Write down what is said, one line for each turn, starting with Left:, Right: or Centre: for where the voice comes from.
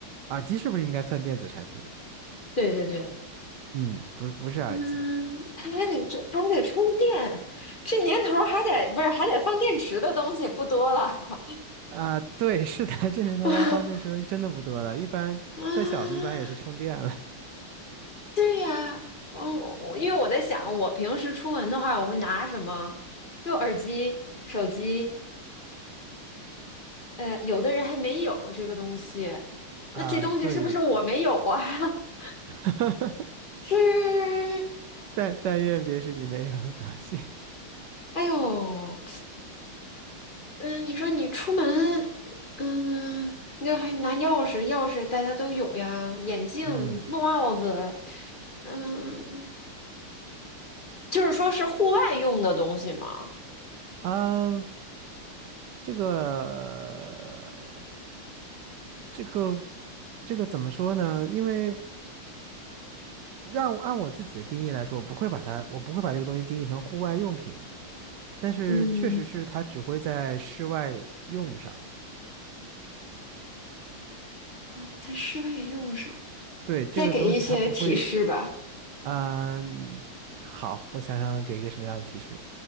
Right: 耳机是不是应该算电子产品？
Left: 对对对，
Right: 嗯，不，不是耳机
Left: 嗯，它还得这，它还得充电，这年头儿还得不是还得放电池的东西不多了
Right: 啊，对，是的，<laughs> 这年头要放电池的东西真的不多了，
Left: <laughs>
Right: 一般再小的，
Left: 啊。
Right: 一般也是充电了
Left: 对呀，哦，我因为我在想，我平时出门的话，我会拿什么？就耳机、手机，呃，有的人还没有这个东西，那这东西是不是我没有啊？
Right: 啊，对，有的，
Left: <laughs>
Right: <laughs>
Left: 是，
Right: 但但愿别是你没有的东西。
Left: 哎呦，嗯，你说你出门，嗯，你就还拿钥匙，钥匙大家都有呀，眼镜、
Right: <laughs> 嗯。
Left: 帽子，嗯，就是说是户外用的东西嘛，
Right: 嗯，这个这个这个怎么说呢？因为让按我自己的定义来说，我不会把它，我不会把这个东西定义成户外用品，但是确实是它只会在室外用上。
Left: 嗯，啊，在室外也用上。
Right: 对，这个东西它不会，
Left: 再给一些提示吧，
Right: 嗯，好，我想想给一个什么样的提示，